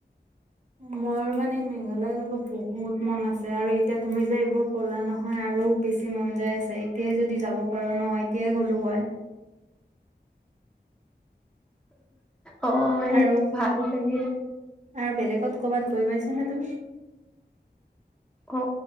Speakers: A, on the right; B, in the centre.
A: মই মানে মেঘালয় যাব বহুত মন আছে আৰু এতিয়া তুমি যে এইবোৰ কলা নহয়। আৰু বেছি মন যাই আছে। এতিয়াই যদি যাব পাৰো ন এতিয়াই গ'লো হয়।
B: অ এনেকে
A: আৰু
B: ভাল লাগে।
A: আৰু বেলেগত ক'ৰবাত গৈ পাইছানে তুমি?
B: অ